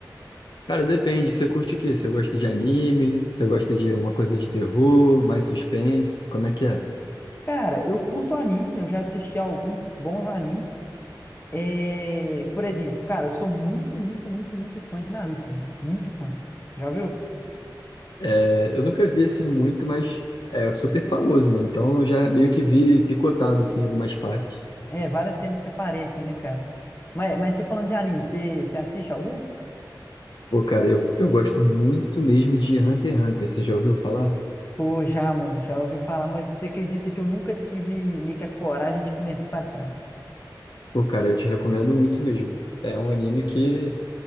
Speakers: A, on the left; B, on the left.
A: Cara, depende, você curte o quê? Você gosta de anime? Você gosta de uma coisa de terror, mais suspense? Como é que é?
B: Cara, eu curto anime. Eu já assisti a alguns bons animes. É... Por exemplo, cara, eu sou muito, muito, muito, muito fã de Naruto, mano. Muito fã. Já viu?
A: É, eu nunca vi assim muito, mas é super famoso, né? Então eu já meio que vi picotado assim em algumas partes.
B: É, várias cenas que aparecem, né, cara? Mas, mas você falando de anime, você, você assiste algum?
A: Pô, cara, eu, eu gosto muito mesmo de Hunter x Hunter, você já ouviu falar?
B: Pô, já, mano, já ouvi falar, mas você acredita que eu nunca tive meio que a coragem de começar, cara?
A: Pô, cara, eu te recomendo muito mesmo. É um anime que